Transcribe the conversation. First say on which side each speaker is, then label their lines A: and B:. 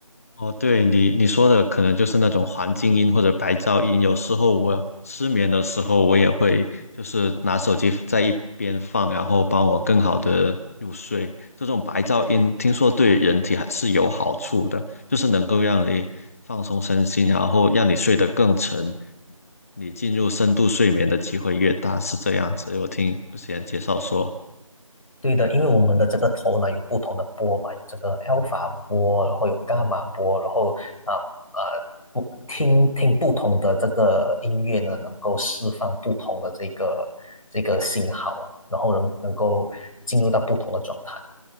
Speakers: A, on the left; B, on the left.
A: 哦，对你你说的可能就是那种环境音或者白噪音。有时候我失眠的时候，我也会就是拿手机在一边放，然后帮我更好的入睡。这种白噪音听说对人体还是有好处的，就是能够让你放松身心，然后让你睡得更沉，你进入深度睡眠的机会越大，是这样子。我听之前介绍说。
B: 对的，因为我们的这个头呢有不同的波嘛，有这个 alpha 波，然后有伽马波，然后啊啊不听听不同的这个音乐呢，能够释放不同的这个这个信号，然后能能够进入到不同的状态。